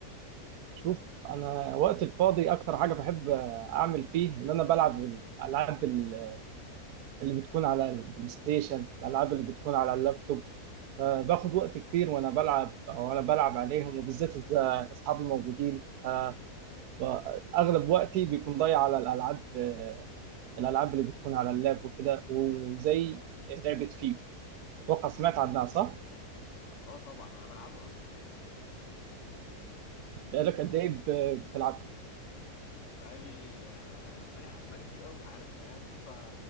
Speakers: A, on the right (about 80°); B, on the left (about 50°).
A: شوف انا وقت الفاضي اكتر حاجه بحب اعمل فيه ان انا بلعب الالعاب ال- اللي بتكون على البلاي ستيشن الالعاب اللي بتكون على اللابتوب فباخد وقت كتير وانا بلعب وانا بلعب عليهم وبالذات اذا اصحابي موجودين ف- ب- اغلب وقتي بيكون ضايع على الالعاب آه، الالعاب اللي بتكون على اللاب وكده وزي لعبه فيفا اتوقع سمعت عنها صح؟
B: اه طبعا انا بلعبها اصلا يا ابني
A: بقالك قد ايه ب- بتلعب
B: بقالي آه، بقالي حب بقالي كتير قوي عارف من ايام فيفا